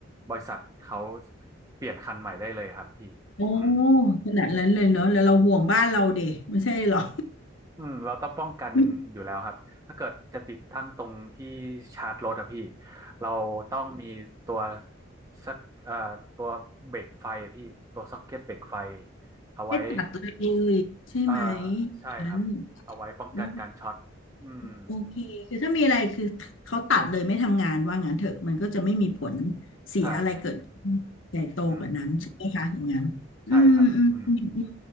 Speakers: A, on the right; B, on the left.
A: บริษัทเขาเปลี่ยนคันใหม่ได้เลยครับพี่อืม
B: โอ้ขนาดนั้นเลยเนาะแล้วเราห่วงบ้านเราดิไม่ใช่หรอ
A: อืมเราต้องป้องกันอยู่แล้วครับถ้าเกิดจะติดตั้งตรงที่ชาร์จรถอะพี่
B: <laughs>
A: เราต้องมีตัวสักเอ่อตัวเบรกไฟอะพี่ตัวซ็อกเก็ตเบรกไฟเอาไว้
B: ไม่ตัดเลยใช่ไหม
A: เอ่อใช่ครับเอาไว้ป้องกันการช็อตอืม
B: ฉัน อ๋อโอเคคือถ้ามีอะไรคือเขาตัดเลยไม่ทำงานว่างั้นเถอะมันก็จะไม่มีผลเสียอะไรเกิดขึ้นใหญ่โตกว่านั้นใช่ไหมคะอย่างนั้นอืมอืมอืมอืม
A: ใช่ฮะ อืมใช่ครับอืม